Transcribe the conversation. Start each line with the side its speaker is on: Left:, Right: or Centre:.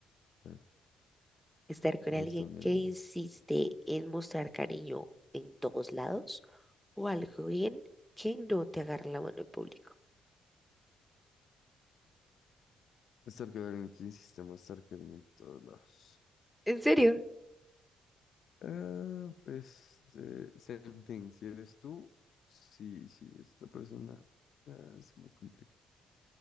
Left: A ver,
Centre: Estar con
Left: Listo,
Centre: alguien
Left: mi
Centre: que
Left: amor.
Centre: insiste en mostrar cariño en todos lados o alguien que no te agarra la mano en público.
Left: Stalker que insiste stalker en todos lados.
Centre: ¿En serio?
Left: Ah, pues, eh, same thing. Si eres tú, sí, sí, es otra persona. Ah, se me complica.